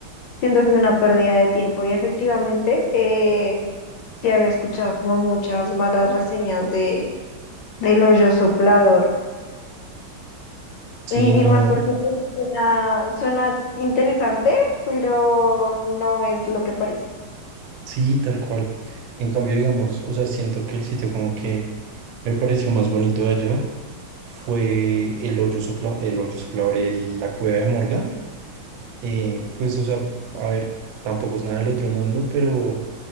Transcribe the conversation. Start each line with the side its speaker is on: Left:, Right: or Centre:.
Left: siento que es una pérdida de tiempo y efectivamente eh, sí había escuchado como muchas malas reseñas de del hoyo soplador
Right: Sí,
Left: y,
Right: no,
Left: y más porque pues, suena, suena interesante, pero no es lo que parece.
Right: sí, tal cual. En cambio, digamos, o sea, siento que el sitio como que me pareció más bonito de allá fue el hoyo sopla, el hoyo soplador, el- la cueva de Morgan. Eh, pues, o sea, a ver, tampoco es nada del otro mundo, pero, o